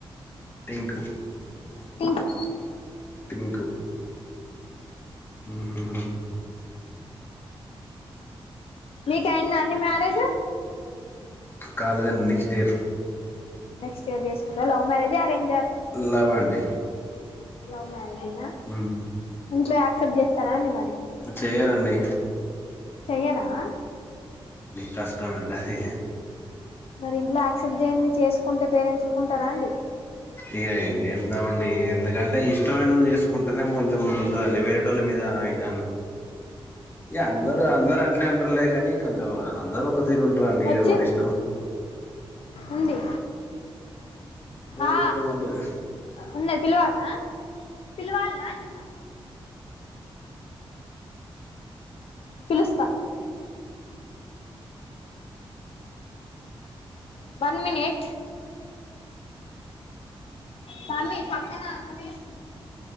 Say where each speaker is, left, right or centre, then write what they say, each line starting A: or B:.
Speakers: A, on the left; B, on the left.
A: టీంకు
B: టీంకు
A: పింక్ మ్ హు హు
B: మీ కాఇందా అండి మ్యారేజ్
A: కాలే దండి నెక్స్ట్ ఇయర్
B: నెక్స్ట్ ఇయర్ చేసుకుంటావ లవ్ మ్యారేజ్ హ అరేం్
A: లవ్ అండి
B: లవ్ మ్యరే జేనా
A: మ్
B: ఇంట్లో యాక్ క్సెప్ట్ చేస్తార అండి మరి
A: చె్యారండి
B: చేయ్యరా
A: కష్టమండి అది
B: మరి ఇంట్లో యాక్సెప్ట్ చెయ్యంది చేసుకుంటే పేరెంట్స్ ఊకుంటారా అండి
A: ఇగ ఎం చేద్దామండి ఎం ఎందుకంటే ఇష్టమైనోళ్లను చేసుకుంటేనే కొంచెం ఉంటదండి వేరేటోళ్ళ మీద ఇగ ఇగ అందరు అందర్ ట అట్లానే అంటర్లే కాని కొంచెం అందరూ ఒక తీరు ఉంటరండి
B: వచ్చింది
A: ఎవరిష్టం
B: ఉంది
A: ఎవరిష్టం
B: ఆ
A: వాళ్ళది
B: ఉన్నా సిిల్వల్నా పిలవాలింట పిలుస్తా వన్ మీనిట్ తమ్మి పక్కన అక్క వేస్తుంది